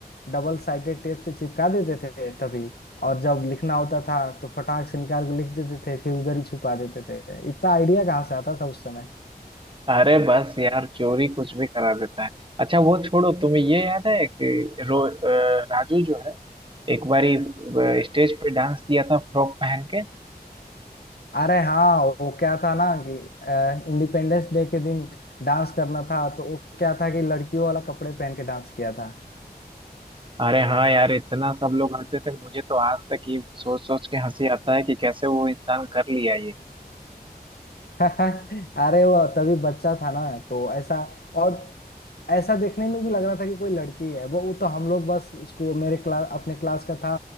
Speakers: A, on the left; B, on the right.
A: डबल साइडेड टेप से चिपका देते थे तभी और जब लिखना होता था तो फटाक से निकाल के लिख देते थे फिर उधर ही छुपा देते थे इतना आइडिया कहाँ से आता था उस समय
B: अरे बस यार चोरी कुछ भी करा देता है अच्छा वो छोड़ो तुम्हें ये याद है कि रो अ, राजू जो है एक बारी स्टेज पे डांस किया था फ्रॉक पहन के
A: अरे हाँ वो क्या था ना कि इंडिपेंडेंस डे के दिन डांस करना था तो वो क्या था कि लड़कियों वाला कपड़े पहन के डांस किया था
B: अरे हाँ यार इतना सब लोग हंसे थे मुझे तो आज तक ये सोच सोच के हंसी आता है कि कैसे वो इंसान कर लिया ये
A: <laughs> अरे वो तभी बच्चा था ना तो ऐसा और ऐसा देखने में भी लग रहा था कि कोई लड़की है वो वो तो हम लोग बस इसको मेरे क्लास अपने क्लास का था